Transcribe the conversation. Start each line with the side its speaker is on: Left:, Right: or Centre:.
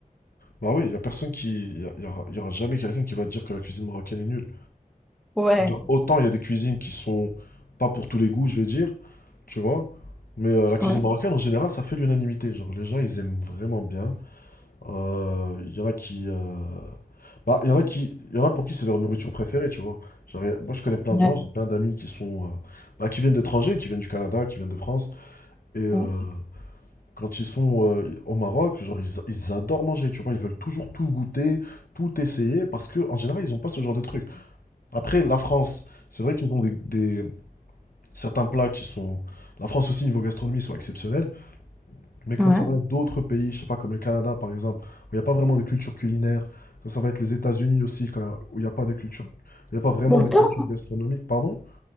Left: Bah oui, il y a personne qui... Il y a- y aura, y aura jamais quelqu'un qui va dire que la cuisine marocaine est nulle.
Centre: Ouais,
Left: Genre, autant il y a des cuisines qui sont pas pour tous les goûts, je vais dire, tu vois. Mais euh, la cuisine
Centre: Ouais.
Left: marocaine, en général, ça fait l'unanimité. Genre, les gens, ils aiment vraiment bien. Euh, Il y en a qui... euh, Bah, il y en a qui... Il y en a pour qui c'est leur nourriture préférée, tu vois. Genre, y a- moi, je connais plein de
Centre: ouais,
Left: gens, j'ai plein d'amis qui sont... euh, bah, qui viennent d'étrangers, qui viennent du Canada, qui viennent de France. Et euh,
Centre: ouais.
Left: Quand ils sont euh, au Maroc, genre, ils, ils adorent manger, tu vois, ils veulent toujours tout goûter, tout essayer, parce que en général, ils n'ont pas ce genre de truc. Après, la France, c'est vrai qu'ils ont des, des- certains plats qui sont... La France aussi, niveau gastronomie, ils sont exceptionnels, mais quand
Centre: Ouais.
Left: ça va être d'autres pays, je sais pas, comme le Canada, par exemple, où il n'y a pas vraiment de culture culinaire, quand ça va être les États-Unis aussi, quand- où il n'y a pas de culture... où Il n'y a pas vraiment
Centre: Pourtant,
Left: de culture gastronomique, pardon.